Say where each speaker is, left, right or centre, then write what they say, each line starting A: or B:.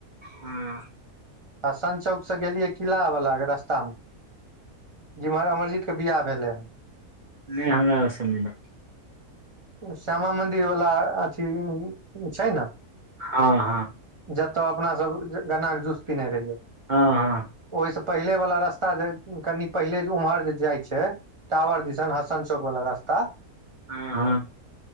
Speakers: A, on the right (about 65°); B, on the right (about 25°).
A: हुँ
B: हसन चौक से गेलियै किला बला के रास्तामे जिम्हर अमरजी के बिआह भेलैन
A: नइ हमरा ओस मे नइ
B: श्यामा मंदिर वाला अथी जे छै न
A: हां हां
B: जतय अपना सब गन्ना के जूस पीने रहियै
A: हँ हँ
B: ओइ से पहिले वाला रस्ता जे कनि पहिले जे उम्हर जे जाइ छै टावर दिस हसनचक चौक वला रास्ता।
A: आ हँ